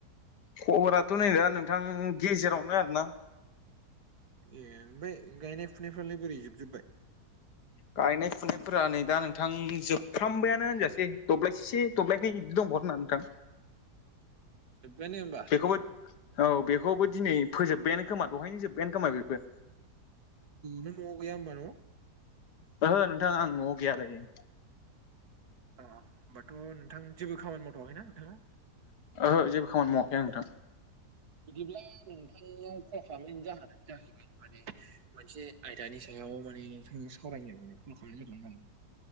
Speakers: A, on the left; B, on the right.
A: खबराथ' नै दा नोंथां गेजेरावनो आर ना
B: ए ओमफ्राय गायनाय फुनायफ्रालाय बोरै जोबजोबबाय
A: गायनाय फुनायफोरा नै दा नोंथां जोबफ्रामबायानो होनजाासै दब्लायसेसे दब्लायनि बिदि दंबावो नोंथां <inaudible>
B: जोबबायानो होमबा
A: बेखौबो औ बेखौबो दिनै फोजोब्बायानो खोमा दहायनोजोब्बायानो खोमा बेखौ
B: नों न‌आव गैया होमबा ना
A: ओहो नोंथांा आं न'आव गैयालायो
B: अ होमबाथ' नोंथां जेबो खामानि मावथ'वाखैना नोंथाङा
A: ओहो जेबो खामानि मावाखै नोंथां
B: बिदिब्ला नोंथांनाव खम खालामनायनि जाहोनानो जाहैबाय माने मोनसे आयदानि सायाव माने नोंथां सावरायनोनानै कल खालामनाय जादों होन